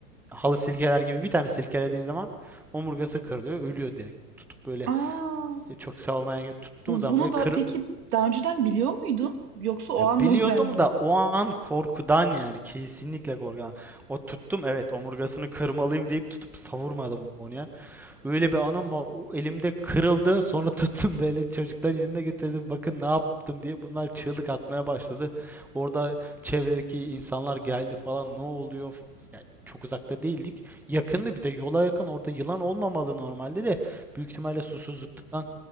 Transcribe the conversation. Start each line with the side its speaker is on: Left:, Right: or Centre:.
Centre: halı silkeler gibi bir tane silkelediğin zaman omurgası kırılıyor ölüyor direkt. Tutup böyle
Right: Aa!
Centre: e, çok savmaya tuttuğum
Right: Bu,
Centre: zaman
Right: bunu
Centre: böyle kır,
Right: da peki daha önceden biliyor muydun? Yoksa o
Centre: Ya
Right: an mı
Centre: biliyordum
Right: <laughs> öğrendin?
Centre: da o an korkudan yani kesinlikle korkudan. O tuttum evet omurgasını kırmalıyım deyip tutup savurmadım onu ya. Öyle bir anım var. O elimde kırıldı. Sonra <laughs> tuttum böyle çocukların yanına getirdim. Bakın ne yaptım diye bunlar çığlık atmaya başladı. Orada çevredeki insanlar geldi falan ne oluyor? Ya çok uzakta değildik. Yakındı bir de yola yakın. Orada yılan olmamalı normalde de büyük ihtimalle susuzluktan